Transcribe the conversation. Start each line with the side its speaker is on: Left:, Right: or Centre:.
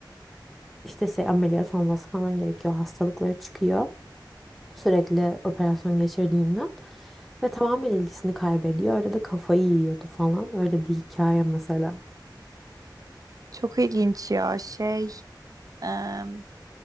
Centre: işte şey ameliyat olması falan gerekiyor. Hastalıkları çıkıyor sürekli operasyon geçirdiğinden ve tamamen ilgisini kaybediyor. Öyle de kafayı yiyordu falan. Öyle bir hikaye mesela.
Right: Çok ilginç ya şey. em,